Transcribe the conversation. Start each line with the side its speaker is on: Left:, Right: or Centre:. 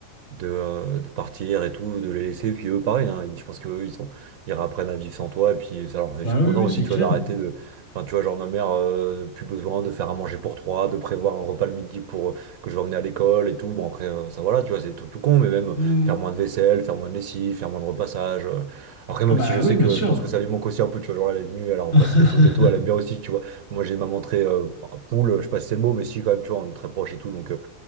Right: de, euh, de partir et tout, de les laisser. Puis eux, pareil, hein, ils- je pense qu'eux, ils sont, ils apprennent à vivre sans toi. Et puis, ça leur- ils
Left: Bah
Right: sont contents
Left: oui, oui,
Right: aussi,
Left: c'est
Right: tu
Left: clair.
Right: vois, d'arrêter de. Enfin, tu vois, genre, ma mère, euh, plus besoin de faire à manger pour trois, de prévoir un repas le midi pour euh, que je vais emmener à l'école et tout. Bon, après, euh, ça, voilà, tu vois, c'est tout, tout con, mais même
Left: Hmm.
Right: faire moins de vaisselle, faire moins de lessive, faire moins de repassage. euh. Après, même
Left: Ah bah
Right: si je sais
Left: oui, bien
Right: que
Left: sûr.
Right: je pense que ça lui manque aussi un peu, tu vois, genre, elle est venue, elle a repassé
Left: <laughs>
Right: des trucs et tout, elle aime bien aussi, tu vois. Moi, j'ai ma montré euh, poule, je sais pas si c'est le mot, mais si, quand même, tu vois, on est très proche et tout, donc. euh,